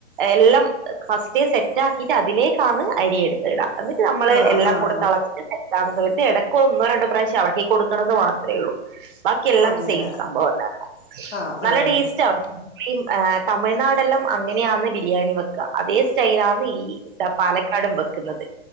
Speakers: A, on the right (about 45°); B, on the left (about 70°).
A: എല്ലം ഫസ്റ്റ് സെറ്റ് ആക്കിട്ട് അതിലേക്കാണ് അരിയെടുത്ത്ടാ എന്നിട്ട് നമ്മള്
B: ആഹ്
A: എല്ലാം
B: ആഹ്
A: കൂടെ തെളച്ചിട്ട് സെ ഭാഗ സമയത്ത് എടക്ക് ഒന്നോ രണ്ടോ പ്രാശ്യം എളക്കി കൊടുക്കണന്ന് മാത്രേള്ളൂ ബാക്കിയെല്ലാം
B: അങ്ങനെ
A: സെയിം സംഭവംതന്നെ
B: ആഹ്
A: നല്ല
B: ആഹ്
A: ടേസ്റ്റാ വിം ഏഹ് തമിഴ്നാടെല്ലാം അങ്ങനെയാന്ന് ബിരിയാണി വെ ക്ക അതേ സ്റ്റൈലാന്ന് ഈ പാലക്കാടും ബെക്ക്ന്നത്